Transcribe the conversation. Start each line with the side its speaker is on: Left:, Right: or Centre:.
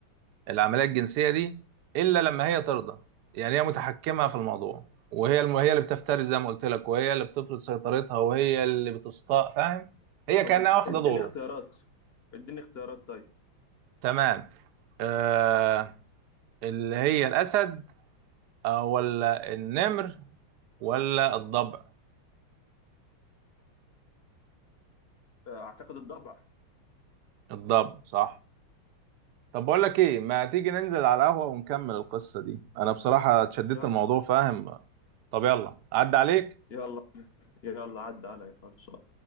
Right: العمليه الجنسيه دي الا لما هي ترضى يعني هي متحكمه في الموضوع وهي الم... هي اللي بتفترس زي ما قلت لك وهي اللي بتفرض سيطرتها وهي اللي بتستاء فاهم هي
Left: طب
Right: كانها
Left: اد-
Right: واخده
Left: اديني
Right: دوره
Left: اختيارات اديني اختيارات طيب
Right: تمام آه... اللي هي الاسد آه ولا النمر ولا الضبع
Left: اعتقد الضبع
Right: الضبع صح طب بقول لك ايه ما تيجي ننزل على القهوه ونكمل القصه دي انا بصراحه اتشددت
Left: يلا
Right: الموضوع فاهم طب يلا عدى عليك
Left: يلا يلا عدى علي خلصان